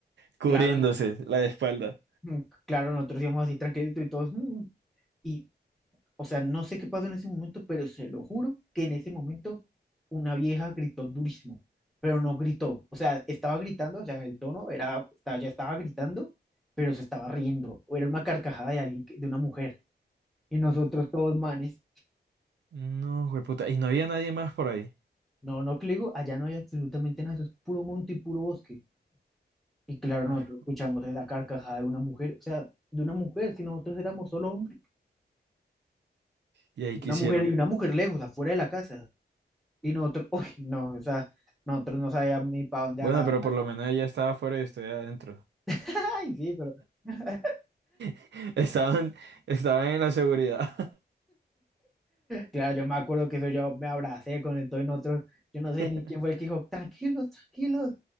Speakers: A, on the right; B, in the centre.
A: cubriéndose
B: claro, y,
A: la espalda.
B: mm, claro, nosotros íbamos así tranquilitos y todos, mm, y o sea, no sé qué pasó en ese momento, pero se lo juro que en ese momento una vieja gritó durísimo, pero no gritó, o sea, estaba gritando, o sea, el tono era, estaba- ya estaba gritando, pero se estaba riendo, o era una carcajada de alguien, que- de una mujer, y nosotros todos manes.
A: No, puta, y no había nadie más por ahí.
B: No, no, que le digo, allá no hay absolutamente nada, eso es puro monte y puro bosque. Y claro,
A: Ay,
B: nosotros escuchamos la carcajada de una mujer, o sea, de una mujer, si nosotros éramos solo hombres,
A: Y ahí
B: de
A: qué
B: una
A: hicieron
B: mujer y una mujer lejos, afuera de la casa. Y nosotros, <laughs> uy, no, o sea, nosotros no sabíamos ni para dónde
A: Bueno,
B: agarrar.
A: pero por lo menos ella estaba afuera y usted adentro.
B: <laughs> Ay, sí, pero <laughs>
A: <laughs> Estaban, estaban en la seguridad.
B: claro, yo me acuerdo que eso yo me abracé con el todo y nosotros, yo no
A: <laughs>
B: sé ni quién fue el que dijo, tranquilos, tranquilos,